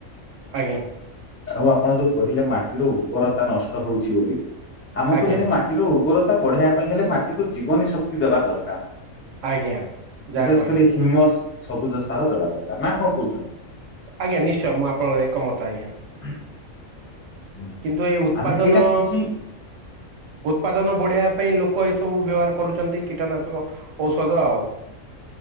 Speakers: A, on the right (about 75°); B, on the left (about 15°).
A: ଆଜ୍ଞା।
B: ଆଉ ଆପଣ ଯୋଉ କହିଲେ ମାଟିର ଉର୍ବରତା ନଷ୍ଟ ହୋଉଛି ବୋଲି। ଆମକୁ
A: ଆଜ୍ଞା
B: ଯଦି ମାଟିର ଉର୍ବର ତ ବଢେଇବା ପାଇଁ ହେଲେ ମାଟିକୁ ଜୀବନୀ ଶକ୍ତି ଦେବା ଦରକାର।
A: ଆଜ୍ଞା ଯାହା
B: ବିଶେଷ
A: କହିଲେ
B: କରି ହିମସ ସବୁଜ ସାର ଦେବା ଦରକାର ନା କଣ କହୁଚନ୍ତି।
A: ଆଜ୍ଞା ନିଶ୍ଚୟ ମୁଁ ଆପଣଙ୍କର ଏକମତ ଆଜ୍ଞା।
B: <unintelligible> ନିଶ୍ଚୟ
A: କିନ୍ତୁ ଏଇ ଉତ୍ପାଦନ
B: ଆମେ ଏଇଟା କିଛି
A: ଉତ୍ପାଦନ ବଢେଇବା ପାଇଁ ଲୋକ ଏସ ବୁ ବ୍ୟବହାର କରୁଚନ୍ତି କୀଟନାଶକ ଔଷଧ ଆଉ।